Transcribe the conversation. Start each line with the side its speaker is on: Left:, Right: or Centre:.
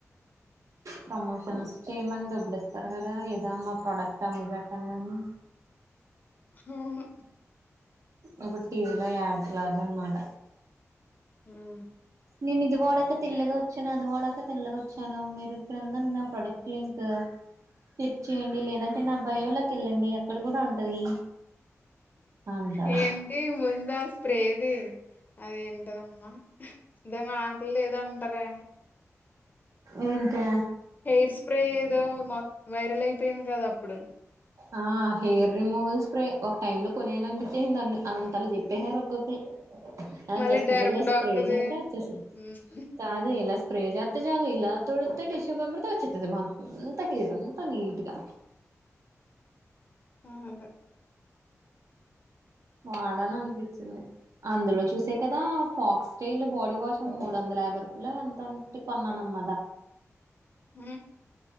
Right: ప్రమోషన్స్ చేయమని డబ్బులు ఇస్తరు కదా, ఏదో మా ప్రోడక్ట్ అమ్మి కట్టండి అని
Left: అవును
Right: ఇప్పుడు టీ వీలో యాడ్స్ లాగనమాట.
Left: ఉమ్
Right: నేను ఇది వాడక తెల్లగా వచ్చాను, అది వాడక తెల్లగా వచ్చాను. మీరు క్రిందున్న ప్రోడక్ట్లు ఇంక్ క్లిక్ చేయండి, లేదంటే నా బయోలకెళ్ళండి, అక్కడ కూడా ఉంటది. అంటారు
Left: ఏంటి ముందా స్ప్రేది అదేంటిది అమ్మా దో మాక్లే ఏదో అంటారే
Right: ఏంతా
Left: హెయిర్ స్ప్రే ఏదో మొ వైరల్ అయిపోయింద్ కదా అప్పుడు
Right: ఆ హెయిర్ రిమూవల్ స్ప్రే ఒక టైమ్ లో కొనేయాలనిపించేసి దన్ అంతలా చెప్పేసారు ఒక్కొక్కళ్ళు ఆ
Left: మళ్ళీ
Right: జస్ట్గా
Left: డర్మ్
Right: ఇలా
Left: డాక్ది
Right: స్ప్రే
Left: అదే
Right: చెత్తే వచ్చస్
Left: ఉమ్,
Right: కాదు ఇలా స్ స్పే చేత్తే చాలు ఇలా తడుతే టిష్యూ పేపర్తో వచ్చింది మొత్తం అంతా పిర్రు నీట్ గా
Left: ఆ అదే
Right: వాడాల్ల అన్పిచ్చింది అందులో చూసే కదా ఫాక్స్టైల్ బాడీ వాష్ మూడు వందల యాభై రూపాయలు ఎంతన్ పెట్టి కొన్నాన్ మద
Left: ఊ